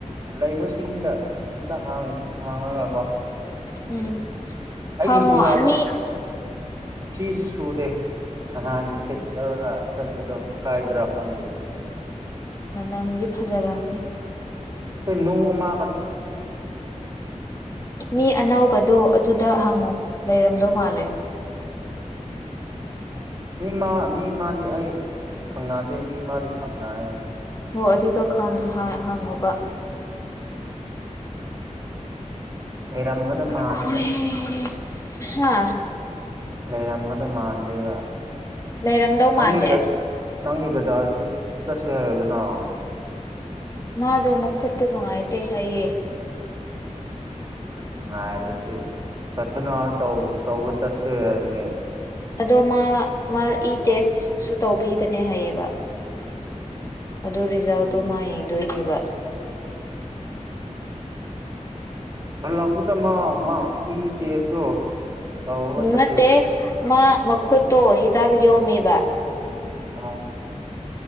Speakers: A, on the right; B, on the left.
A: ꯂꯩꯕꯁꯤꯡꯗ ꯑꯝꯇ ꯍꯥꯡꯉꯒ ꯀꯣ
B: ꯎꯝ
A: ꯑꯩꯒꯤ
B: ꯍꯪꯉꯣ
A: ꯈꯣꯡꯒꯥꯎꯗꯨꯁꯨ
B: ꯃꯤ
A: ꯐꯤꯁꯨ ꯁꯨꯗꯦ ꯅꯍꯥꯟ ꯁꯤꯠꯂꯔꯒ ꯆꯠꯄꯗꯣ ꯀꯥꯏꯗ ꯔꯈꯪꯗꯦ
B: ꯃꯅꯝꯗꯤ ꯐꯖꯔꯝꯃꯤ
A: ꯅꯣꯡ ꯃꯥ
B: ꯃꯤ ꯑꯅꯧꯕꯗꯣ ꯑꯗꯨꯗ ꯍꯪꯉꯨ ꯂꯩꯔꯝꯗꯧ ꯃꯥꯜꯂꯦ
A: ꯎ ꯃꯤ ꯃꯥ ꯃꯤ ꯃꯥꯗꯤ ꯑꯩ ꯈꯪꯅꯗꯦ ꯃꯤ ꯃꯥꯗꯤ ꯈꯪꯅꯌꯦꯦ
B: ꯍꯣ ꯑꯗꯨꯗꯣ ꯍꯪꯉꯨꯕ
A: ꯎꯝ ꯂꯩꯔꯝꯒꯗ ꯃꯥꯟꯗꯦꯗ
B: ꯈꯣꯏ ꯍꯥ
A: ꯂꯩꯦꯔꯝꯒꯗ ꯃꯥꯟꯗꯦꯕ
B: ꯂꯩꯔꯝꯗꯧ
A: ꯅꯪꯗ
B: ꯃꯥꯟꯗꯦ
A: ꯅꯪꯒꯤꯗꯗꯥꯁꯨ ꯆꯠꯁ ꯍꯥꯏꯣꯗꯅ
B: ꯃꯥꯗꯣ ꯑꯃꯨꯛ ꯈꯨꯠꯇ ꯅꯨꯡꯉꯥꯏꯇꯦ ꯍꯥꯏꯑꯦ
A: ꯈꯨꯠ ꯅꯨꯡꯉꯥꯏꯔꯁꯨ ꯄꯊꯅꯥ ꯇꯧ ꯇꯧꯕ ꯆꯠꯁꯦ ꯍꯥꯏꯕꯅꯦ
B: ꯑꯗꯣ ꯃꯥ ꯃꯥ ꯏ ꯇꯦꯁꯁꯨ ꯇꯧꯕꯤꯕꯅꯦ ꯍꯥꯏꯌꯦꯕ ꯑꯗꯨ ꯔꯤꯖꯥꯜꯗꯣ ꯃꯥ ꯌꯦꯡꯗꯣꯏꯅꯦꯕ
A: ꯍꯂꯛꯄꯗ ꯃꯥ ꯃꯥ ꯏ ꯇꯦꯖꯇꯨ ꯂꯧꯔꯒ ꯆꯠꯄ
B: ꯅꯠꯇꯦ
A: ꯌꯥꯔꯗ꯭ꯔꯥ
B: ꯃꯥ ꯃꯈꯨꯠꯇꯣ ꯍꯤꯗꯥꯛ ꯌꯣꯝꯃꯤꯕ
A: ꯑꯥ